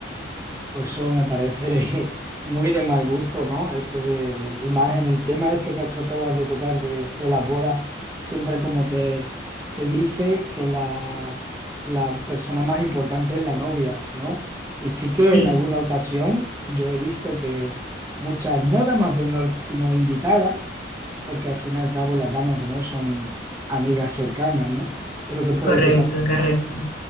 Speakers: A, on the right; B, on the left.
A: Pues eso me parece <laughs> muy de mal gusto, ¿no? Eso de, y más en el tema este que acabas de tocar de, de las bodas, siempre como que se dice que la, la persona más importante es la novia, ¿no? Y sí que
B: Sí,
A: en alguna ocasión yo he visto que muchas, no damas de honor, sino invitadas, porque al fin y al cabo las damas de honor son amigas cercanas, ¿no? Pero que puede
B: correcto,
A: tocar
B: correcto.